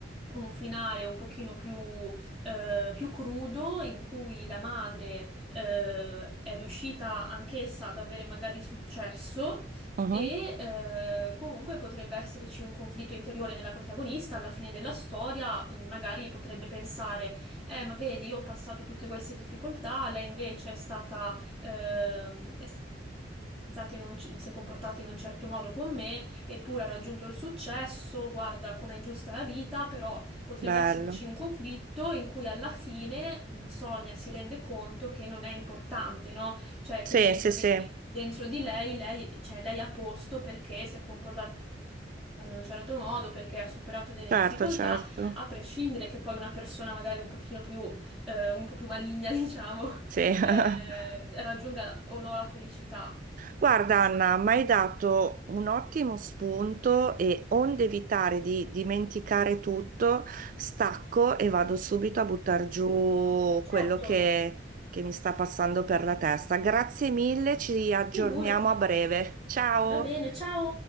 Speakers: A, in the centre; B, on the right (about 45°).
A: un finale un pochino più, eh, più crudo in cui la madre eh, è riuscita anch'essa ad avere magari successo.
B: Mhm.
A: E eh, comunque potrebbe esserci un conflitto interiore nella protagonista, alla fine della storia, mh, magari potrebbe pensare, eh, ma vedi, io ho passato tutte queste difficoltà, lei invece è stata, ehm, è stati in un c- si è comportato in un certo modo con me, eppure ha raggiunto il successo, guarda com'è ingiusta la vita, però potrebbe
B: bello.
A: esserci un conflitto in cui alla fine mh, Sonia si rende conto che non è importante, no? Cioè
B: Sì,
A: che dentro
B: sì,
A: di,
B: sì,
A: dentro di lei, lei, cioè, lei è a posto perché si è comportata in un certo modo, perché ha superato delle
B: certo,
A: difficoltà,
B: certo.
A: a prescindere che poi una persona magari un pochino più, eh, un po' più maligna, <laughs> diciamo,
B: Sì. <laughs>
A: eh, raggiunga o no la felicità.
B: Guarda
A: Sì.
B: Anna, mi
A: Mhm,
B: hai dato un ottimo spunto e onde evitare di dimenticare tutto, stacco e vado subito a buttar giù quello
A: Certo,
B: che, che mi sta passando per la testa. Grazie mille, ci aggiorniamo
A: figurati.
B: a breve. Ciao!
A: Va bene, ciao.